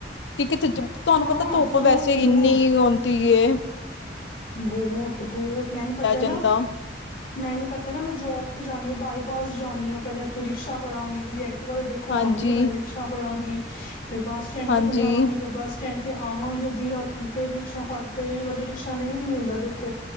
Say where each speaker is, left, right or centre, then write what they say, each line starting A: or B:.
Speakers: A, on the left; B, on the left.
A: ਕਿ ਕਿੱਥੇ ਤੁਹਾਨੂੰ
B: ਹਾਂ
A: ਪਤਾ
B: ਜ਼ਰੂਰ
A: ਵੈਸੇ
B: ਜ਼ਰੂਰ
A: ਇੰਨੀ ਆਉਂਦੀ ਕਿ ਇਹ
B: ਬਹੁਤ ਬਹੁਤ ਮੈਨੂੰ ਪਤਾ ਐ ਨਾ
A: ਜਾਂਦਾ
B: ਮੈਨੂੰ ਪਤਾ ਨਾ ਮੈਂ ਜੋਬ ਤੇ ਜਾਂਦੀ ਆਂ, ਬਾਈ ਬਸ ਜਾਂਦੀ ਆਂ। ਪਹਿਲੇ ਉੱਥੋਂ ਰਿਕਸ਼ ਫੜਾਗੀ <unintelligible> ਤਾਂ ਦੇਖੋ
A: ਹਾਂਜੀ
B: ਆਂਦੀ ਨਹੀਂ ਪਹਿਲੇ ਰਿਕਸ਼ਾ ਫੜਾਂਗੀ। ਹ <unintelligible> ਫਿਰ ਬੱਸ ਸਟੈਂਡ
A: ਹਾਂਜੀ
B: ਤੱਕ ਜਾਵਾਂਗੀ ਫਿਰ ਬੱਸ ਸਟੈਂਡ ਤੇ ਆਵਾਂਗੇ ਅੱਧੀ ਰਾਤੀ ਫਿਰ ਰਿਕਸ਼ਾ ਫੜ ਕੇ ਕਦੀ ਉਹਦੇ ਰਿਕਸ਼ਾ ਨਹੀਂ ਵੀ ਮਿਲਦਾ ਦੇਖੋ